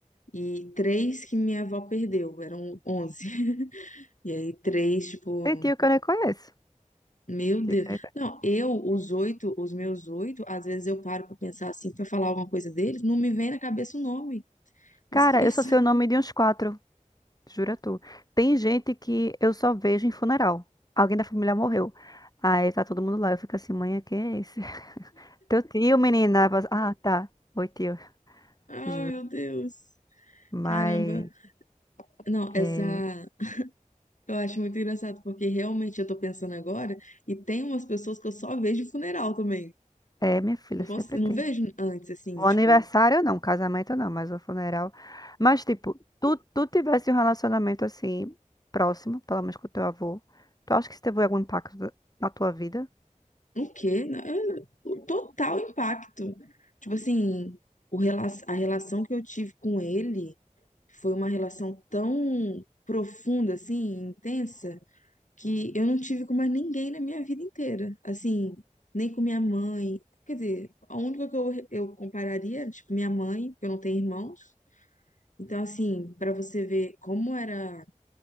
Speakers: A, on the left (about 70°); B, on the left (about 30°).
A: E três que minha avó perdeu, eram onze. <laughs> E aí três, tipo,
B: tem tio que eu nem conheço.
A: Meu
B: Tio
A: Deus.
B: que eu nem conheço.
A: Não, eu, os oito, os meus oito, às vezes eu paro pra pensar assim, pra falar alguma coisa deles, não me vem na cabeça o nome. Esqueço.
B: Cara, eu só sei
A: <laughs>
B: o nome de uns quatro, jura tu. Tem gente que eu só vejo em funeral. Alguém da família morreu. Aí tá todo mundo lá. Eu fico assim, mãe, quem é esse? <laughs> Teu tio, menina. Aí fala assim, Ah, tá. Oi, tio,
A: Ai,
B: juro.
A: meu Deus.
B: Mas
A: Caramba. Não, essa.
B: é,
A: Eu acho muito engraçado, porque realmente eu tô pensando agora, e tem umas pessoas que eu só vejo em funeral também.
B: é, minha filha,
A: Eu não,
B: sempre
A: cons- eu
B: tem.
A: não vejo antes, assim,
B: O
A: tipo,
B: aniversário não, casamento não, mas o funeral. Mas, tipo, tu, tu tivesse um relacionamento assim, próximo, pelo menos com o teu avô, tu acha que isso teve algum impacto da- na tua vida?
A: o quê? Não, eu- O total impacto. Tipo assim, o, rela- a relação que eu tive com ele. Foi uma relação tão profunda, assim, intensa, que eu não tive com mais ninguém na minha vida inteira. Assim, nem com minha mãe. Quer dizer, a única que eu, eu compararia era, tipo, minha mãe, que eu não tenho irmãos. Então, assim, pra você ver como era